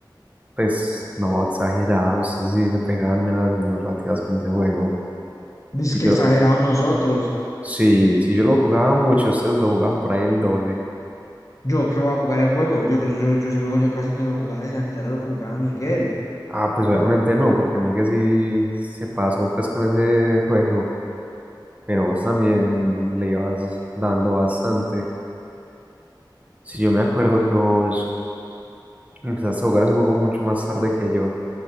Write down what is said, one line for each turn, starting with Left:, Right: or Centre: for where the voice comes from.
Right: pues no exagerados, sí se pegaban menos las niños rateadas con ese juego.
Left: <laughs> Dice
Right: Si
Left: que
Right: yo,
Left: exagerado nosotros.
Right: sí, si yo lo jugaba mucho, ustedes lo jugaban por ahí el doble.
Left: Yo que voy a jugar el juego. Yo, yo, yo ese juego yo casi no lo jugaba ni la mitad de lo que jugaba Miguel.
Right: Ah, pues obviamente no, porque Miguel sí se pasó pues con ese juego. Pero vos también le ibas dando bastante. Si yo me acuerdo que vos empezaste a jugar ese juego mucho más tarde que yo.